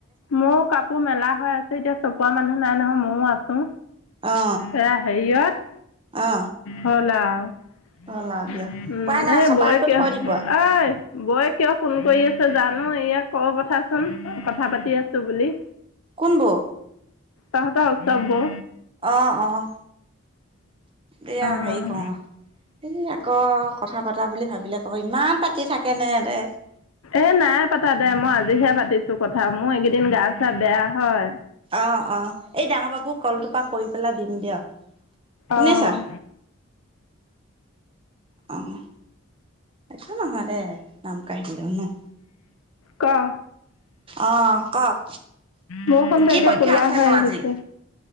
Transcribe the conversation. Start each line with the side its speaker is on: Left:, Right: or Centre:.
Left: মোৰো কাপোৰ মেলা হৈ আছে এতিয়া- চপোৱা মানুহ নাই নহয় মও আছো
Right: অ
Left: এয়া হেৰিয়ত-
Right: অ
Left: হ'ল আৰু
Right: হ'ল দিয়ক
Left: উম'
Right: উপাই নাই
Left: এই
Right: চপাই
Left: বৌৱে
Right: কৰি
Left: কিবা
Right: থৈ দিব
Left: অই- বৌৱে কিয় ফোন কৰি আছে জানো? এয়াক কৈ পথাচোন কথা পাতি আছো বুলি।
Right: কোন বৌ?
Left: তহতৰ ওচৰ বৌ।
Right: অঁ' অঁ' এইয়া
Left: অ'
Right: হেৰি- অঁ' এই আকৌ কথা পতা বুলি ভাবিলে ক'ব ইমান পাতি থাকেনে এতে।
Left: এ নাই পাতা দে মই আজিহে পাতিছো কথা মোৰ এইগেইদিন গা চা বেয়া হয়।
Right: অঁ অঁ' এই ডাঙৰ বাবুক কলটো পা কৰি পেলাই দিম দিয়ক, শুনিছা?
Left: অ'
Right: অঁ' একো নহয় দে নাম কাঢ়িলেও ন'।
Left: ক'
Right: অ', কওক
Left: বৰষুণ টো
Right: কি
Left: একে
Right: পৰীক্ষা
Left: কলা
Right: আছেনো
Left: হৈ আহিছে।
Right: আজি?